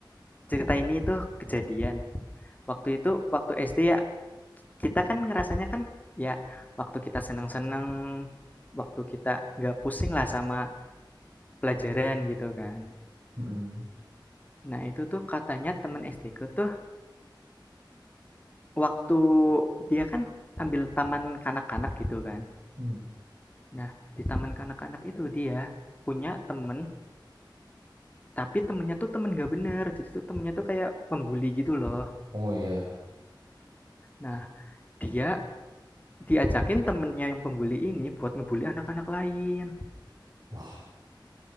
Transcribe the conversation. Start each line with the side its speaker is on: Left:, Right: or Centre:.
Left: cerita ini tuh kejadian. Waktu itu, waktu SD ya, kita kan ngerasanya kan ya waktu kita seneng-seneng, waktu kita nggak pusing lah sama pelajaran gitu kan.
Right: Mm-mm.
Left: Nah itu tuh katanya temen SD-ku tuh waktu dia kan ambil taman kanak-kanak gitu kan.
Right: Hmm.
Left: Nah di taman kanak-kanak itu dia punya temen Tapi temennya tuh temen gak bener, jadi tuh temennya tuh kayak pembuli gitu loh.
Right: oh iya
Left: Nah, dia diajakin temennya yang pembuli ini buat ngebully anak-anak lain. <laughs>
Right: wah